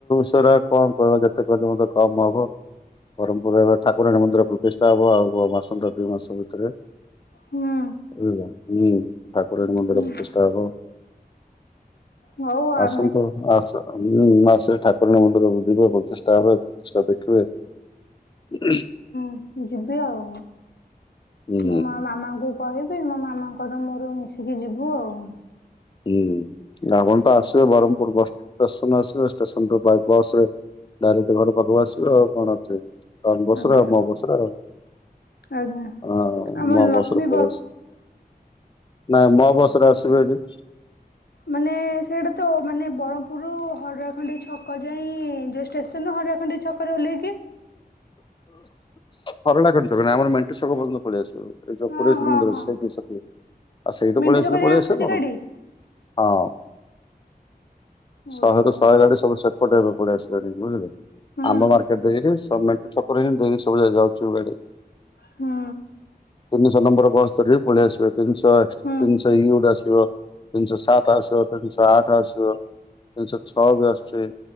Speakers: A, on the left; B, on the left.
A: ସରା କଣ କଇବ ଯେତେ କହିଲେ ମତେ କମ୍ ହବ। ବରମପୁର ରେ ଏବେ ଠାକୁରାଣୀ ମନ୍ଦିର ପ୍ରତିଷ୍ଠା ହବ ଆଉ ମାସନ୍ତ ଦୁଇ ମାସ ଭିତରେ।
B: ହୁଁ
A: ବୁଝିଲ ହୁଁ ଠାକୁରାଣୀ ମନ୍ଦିର
B: ହୁଁ
A: ପ୍ରତିଷ୍ଟା ହବ।
B: ହଉ ଆ
A: ତମେତ ଆସ ଉଁ ମା ସେ ଠାକୁରାଣୀ ମନ୍ଦିର ଯିବେ ପ୍ରତିଷ୍ଠା ହୁଏ ପ୍ରତିଷ୍ଠା ଦେଖିବେ ହୁଁ।
B: ମୁଁ ଯିବି ଆଉ
A: ହୁଁ
B: ମୁଁ ମୋ ମାମାଙ୍କୁ କହିବି ମୋ ମାମାଙ୍କର ମୋର ମିଶିକି ଯିବୁ ଆଉ।
A: ହୁଁ ଆପଣ ତ ଆସିବେ ବରମପୁର ବସ୍ ଷ୍ଟେସନ୍ ଆସିବେ ଷ୍ଟେସନ ରୁ ବାଇପାସ ରେ ଡାଇରେକ୍ଟ ଘର ପାଖକୁ ଆସିବେ ଆଉ କଣ ଅଛେ। <unintelligible> ବସ୍
B: ଆଜ୍ଞା
A: ରେ ଆଉ ମୋ ବସ୍ ରେ ଆଉ
B: ଆଜ୍ଞା
A: ହଁ
B: ଆମର
A: ନୂଆ
B: ଲକ୍ଷ୍ମୀ
A: ବସ୍ ରେ ପଳେଇ ଆ ନା ମୋ ବସ୍ ରେ ଆସିବେ ହେରି।
B: ମାନେ ସେଇଟା ତ ମାନେ ବରମପୁର ରୁ ହରିଆ ଖଣ୍ଡି ଛକ ଯାଇଁ ଯୋଉ ଷ୍ଟେସନରୁ ହରିଆଖଣ୍ଡି ଛକରେ ଓହ୍ଲେଇକି
A: ହରଡା ଖଣ୍ଡି ଛକ ନୁହେଁ ଆମର ମେଣ୍ଟ ଛକ ପର୍ଯ୍ୟନ୍ତ ପଳେଇ ଆସିବ। ଏଇ ଚତୁରେଶ୍ୱର
B: ହଁ ହଁ
A: ମନ୍ଦିର
B: ହଁ
A: <unintelligible> ଆ ସେଇଠୁ
B: ମେଣ୍ଟୁ
A: ପଳେଇ ଆସିଲେ
B: ଛକ
A: ପଳେଇ
B: ଯାଏଁ ଆସୁଛି
A: ଆସିବେ କଣ।
B: ଗାଡି
A: ହଁ
B: ଓହୋ
A: ଶହେ ରୁ ଶହେ ଗାଡି ସବୁ ସେପଟେ ଏବେ ପଳେଇ ଆସି ଗାଡ଼ି ବୁଝିଲେ
B: ହୁଁ
A: ଆମ ମାର୍କେଟରେ <unintelligible> ଦିନି ସବୁ ଯାକ ଯାଉଚୁ ଗାଡ଼ି।
B: ହୁଁ
A: ତିନିଶହ ନମ୍ବର ବସ୍ ଧରିବେ ପଳେଇ ଆସିବେ ତିନିଶ
B: ହୁଁ
A: ତିନି <unintelligible> ତାରିକ୍ ଗୋଟେ ଆସିବ ତିନିଶହ ସାତ ଆସିବ ତିନିଶହ ଆଠ ଆସିବ। ତିନିଶହ ଛଅ ବି ଆସୁଚି